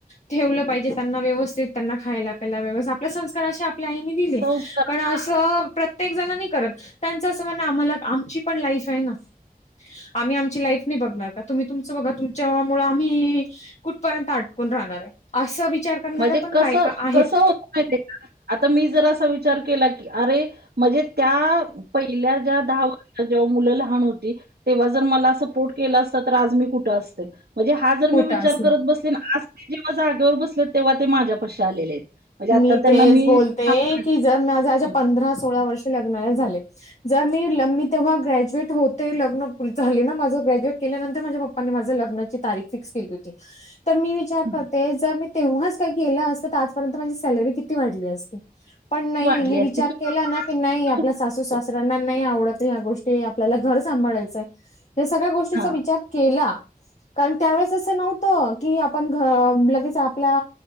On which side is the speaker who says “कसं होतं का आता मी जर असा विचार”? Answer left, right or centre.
Right